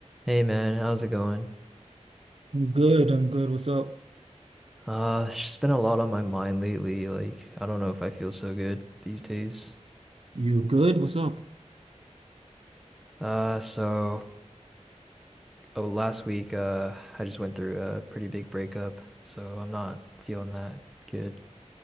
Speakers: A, in the centre; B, on the right (about 55°).
A: Hey man, how's it going?
B: I'm good. I'm good. What's up?
A: Uh, it's just been a lot on my mind lately. Like, I don't know if I feel so good these days.
B: You good? What's up?
A: Uh, so oh, last week, uh, I just went through a pretty big breakup, so I'm not feeling that good.